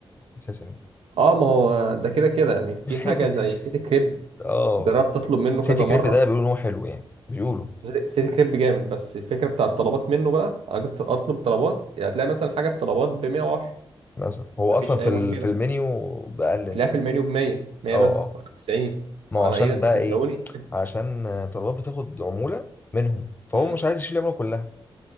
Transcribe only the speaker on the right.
اه ما هو ده كده كده يعني في
حاجة زي سيتي كريب
جربت اطلب منه
كذا مرة
سيتي سيتي كريب جامد بس الفكرة بتاع الطلبات منه بقى أجي أط- أطلب طلبات يعني هتلاقي مثلا حاجة في طلبات ب 110
مفيش
أي
مشكلة
وتلاقيها
في المنيو ب 100 100
بس
90
انا
ايه ده انتوا
بتسرقوني
مم.